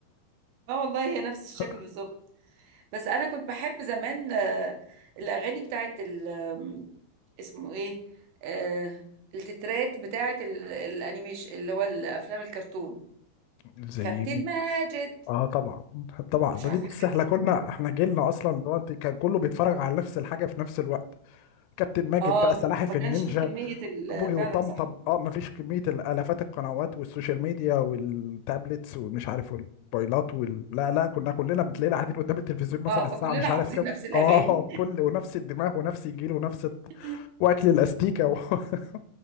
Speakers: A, on the right; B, on the left.
A: <laughs> اه والله هي نفس الشكل
B: <laughs>
A: بالظبط بس انا كنت بحب زمان آه، الاغاني بتاعت ال- آم، اسمه ايه آه التترات بتاعت ال- الانيميشن اللي هو الافلام الكرتون
B: زي
A: كابتن
B: مين
A: ماجد
B: اه طبعا طبعا
A: مش
B: ده
A: عارفه
B: دي بص
A: حاجات
B: احنا
A: كده
B: كنا احنا جيلنا اصلا اللي هو انت كان كله بيتفرج على نفس الحاجه في نفس الوقت كابتن ماجد
A: اه
B: بقى سلاحف
A: ما كانش
B: النينجا
A: فيه كمية ال-
B: بوجي
A: فعلا
B: وطمطم
A: صح
B: اه مفيش كمية الآلافات القنوات والسوشيال ميديا والتابلتس ومش عارف والموبايلات وال... لا لا كنا كلنا بتلاقينا قاعدين قدام التلفزيون مثلا
A: اه فكلنا
B: الساعة مش عارف
A: حافظين
B: كام
A: نفس الأغاني
B: اه كل ونفس الدماغ ونفس الجيل ونفس الط-
A: <laughs>
B: واكل الاستيكة و... <laughs>